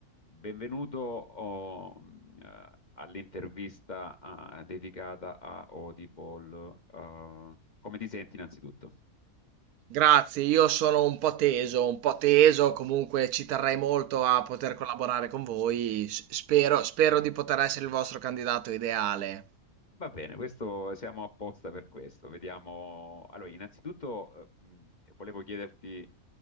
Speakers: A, on the left; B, on the right.
A: Benvenuto oh, mh, eh, all'intervista ah, dedicata a Audible. Ah, come ti senti innanzitutto?
B: Grazie, io sono un po' teso, un po' teso, comunque ci terrei molto a poter collaborare con voi. S- Spero, spero di poter essere il vostro candidato ideale.
A: Va bene, questo, siamo apposta per questo. Vediamo. Allora, innanzitutto eh, mh, volevo chiederti